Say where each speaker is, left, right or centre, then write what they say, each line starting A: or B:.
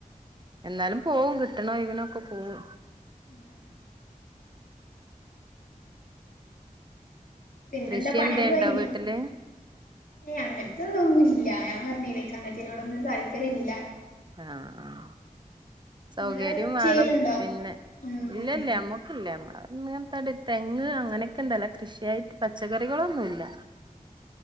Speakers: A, on the right; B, on the left.
A: എന്നാലും പോവും കിട്ട്ണ ഒഴിവ്നൊക്കെ പോവും
B: ഉം പിന്നെന്താ
A: കൃഷി
B: പണിയൊക്കെ
A: എന്തേ ഉണ്ടോ
B: കഴിഞ്ഞോ?
A: വീട്ടില്
B: ഏയ് അങ്ങനത്തെ ഇതൊന്നും ഇല്ല ഞാൻ പറഞ്ഞീലെ ഇൻക്ക് അങ്ങനത്തനോടൊന്നും ഒര് താല്പര്യ ഇല്ല.
A: ആഹ് ആഹ് സൗകര്യം
B: ഇങ്ങള്
A: വേണം
B: ചെയ്യലുണ്ടോ
A: പിന്നെ
B: ഉം
A: ഇല്ലല്ല
B: ഉം
A: നമ്മ ക്ക്ല്ല നമ്മള് ഇങ്ങനത്തെത് തെങ്ങ് അങ്ങനെയൊക്കെണ്ട് അല്ലാതെ കൃഷിയായിട്ട് പച്ചക്കറികളൊന്നുല്ല.